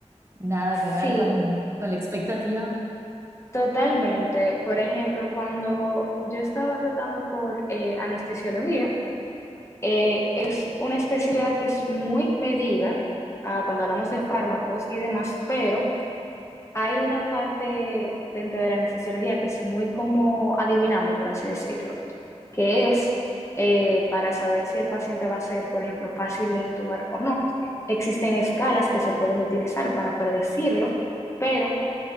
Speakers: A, on the right; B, on the left.
A: nada
B: sí,
A: que ver con, con la expectativa?
B: totalmente. Por ejemplo, cuando yo estaba rotando por eh, anestesiología, eh, es una especialidad que es muy medida ah, cuando hablamos de fármacos y demás, pero hay una parte dentro de la anestesiología que es muy como adivinando, por así decirlo. que es eh, para saber si el paciente va a ser, por ejemplo, fácil de intubar o no. Existen escalas que se pueden utilizar para predecirlo, pero